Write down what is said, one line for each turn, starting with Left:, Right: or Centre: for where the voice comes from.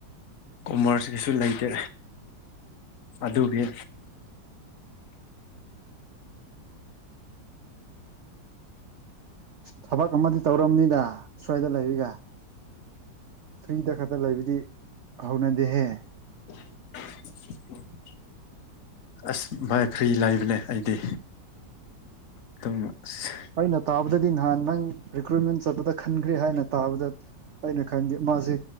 Left: ꯀꯣꯃꯔꯁꯀꯤꯁꯨ ꯂꯩꯇꯦ ꯑꯗꯨꯒꯤ
Right: ꯊꯕꯛ ꯑꯃꯗꯤ ꯇꯧꯔꯝꯅꯤꯗ ꯁ꯭ꯋꯥꯏꯗ ꯂꯩꯔꯤꯒ ꯐ꯭ꯔꯤꯗ ꯈꯛꯇ ꯂꯩꯕꯗꯤ ꯍꯧꯅꯗꯦꯍꯦ
Left: <unintelligible> ꯑꯁ ꯚꯥꯏ ꯐ꯭ꯔꯤ ꯂꯥꯏꯕꯅꯦ ꯑꯩꯗꯤ ꯑꯗꯨꯝ ꯑꯁ
Right: ꯑꯩꯅ ꯇꯥꯕꯗꯗꯤ ꯅꯍꯥꯟ ꯅꯪ ꯔꯤꯀ꯭ꯔꯨꯏꯠꯃꯦꯟ ꯆꯠꯄꯗ ꯈꯟꯈ꯭ꯔꯦ ꯍꯥꯏꯅ ꯇꯥꯕꯗ ꯑꯩꯅ ꯈꯟꯗꯦ ꯃꯥꯁꯦ